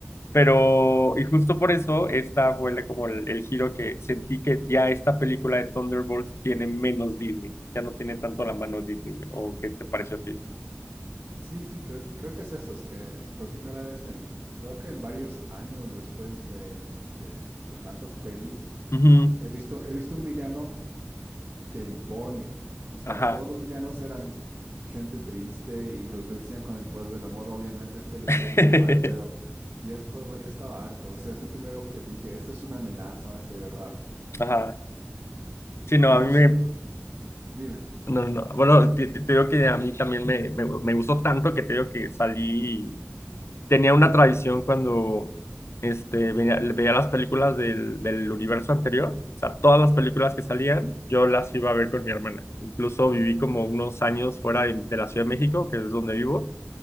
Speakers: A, on the left (about 65°); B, on the right (about 55°).
A: Pero, y justo por eso, esta fue la- como el, el giro que sentí que ya esta película de Thunderbolts tiene menos Disney, ya no tiene tanto la mano Disney, ¿o qué te pareció a ti?
B: Sí, sí, creo que, creo que es eso, es que por primera vez en, en- creo que en varios años después de, de, de tantas pelis,
A: Ujú,
B: he visto, he visto un villano que impone. O sea,
A: Ajá.
B: todos los villanos eran gente triste y los vencían con el poder del amor. Obviamente este lo
A: <laughs>
B: hicieron igual, pero ya esto ya estaba harto. O sea, es el primero que dije, este es una amenaza de verdad.
A: Ajá. Sí, no,
B: Yo
A: a mí
B: no
A: me...
B: soy, dime.
A: No, no, no. Bueno, te, te- te digo que a mí también me, me, me gustó tanto que te digo que salí tenía una tradición cuando este, veía, veía las películas del, del universo anterior, o sea, todas las películas que salían, yo las iba a ver con mi hermana. Incluso viví como unos años fuera de, de la Ciudad de México, que es donde vivo,